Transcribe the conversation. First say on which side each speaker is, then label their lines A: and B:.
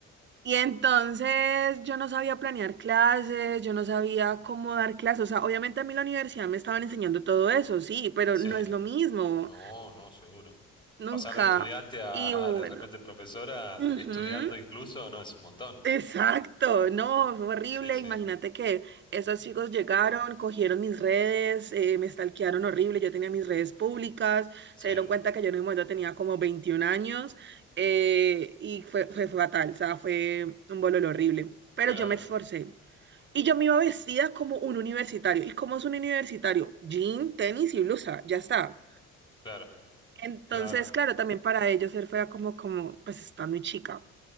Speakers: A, on the right; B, on the left.
A: Y entonces yo no sabía planear clases, yo no sabía cómo dar clases. O sea, obviamente a mí en la universidad me estaban enseñando todo eso, sí, pero
B: Sí.
A: no es lo mismo.
B: No, no, seguro.
A: Nunca.
B: Pasar de estudiante a,
A: Y bueno.
B: a de repente profesora,
A: ujú.
B: estudiando incluso, no, es un montón.
A: Exacto, no, fue horrible.
B: Sí, sí,
A: Imagínate que esos chicos llegaron, cogieron mis redes, eh, me stalkearon horrible. Yo tenía mis redes públicas,
B: sí,
A: se dieron cuenta que yo en ese momento tenía como veintiún años eh, y fue, fue fatal, o sea, fue un bololo horrible. Pero
B: claro,
A: yo me esforcé y yo me iba vestida como un universitario. ¿Y cómo es un universitario? Jean, tenis y blusa, ya está.
B: claro,
A: Entonces,
B: claro,
A: claro, también para ellos ser fea como, como, pues está muy chica.